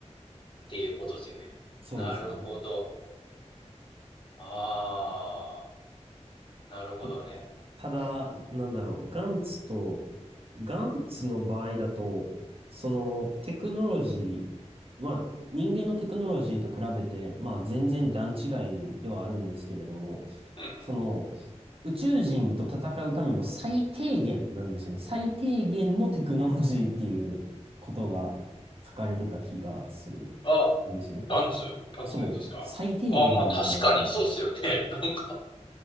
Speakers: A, on the left; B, on the right.
A: っていうことですよね。
B: そうですよね。
A: なるほど。ああ、なるほどね。
B: た、ただ、なんだろう、ガンツと、ガンツの場合だと、そのテクノロジー、まあ人間のテクノロジーと比べて、まあ全然段違いではあるんですけれども、
A: うんう
B: その宇宙人と戦うための最低限なんですよね。最低限のテクノロジーっていうことが書かれてた気がする
A: ん。あ、
B: んですよね。
A: パンツ、パンツのやつですか。
B: そう。最低限なんですよ、
A: ああ、まあ確かにそうですよね。
B: あれが。
A: <laughs> なんか、